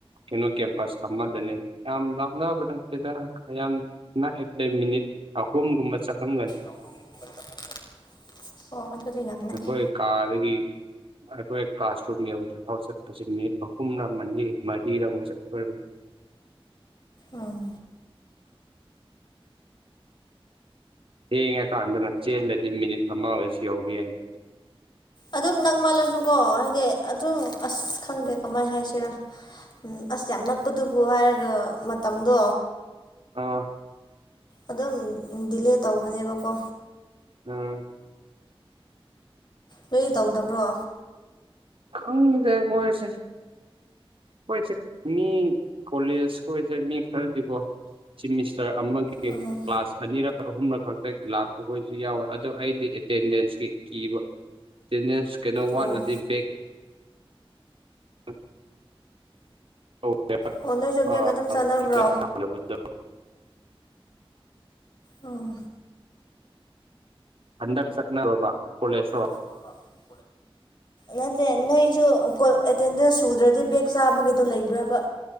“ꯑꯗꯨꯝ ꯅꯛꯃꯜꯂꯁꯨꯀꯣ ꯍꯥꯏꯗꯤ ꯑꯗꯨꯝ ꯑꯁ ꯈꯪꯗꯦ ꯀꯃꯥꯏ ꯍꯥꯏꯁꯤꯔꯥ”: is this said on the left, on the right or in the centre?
Left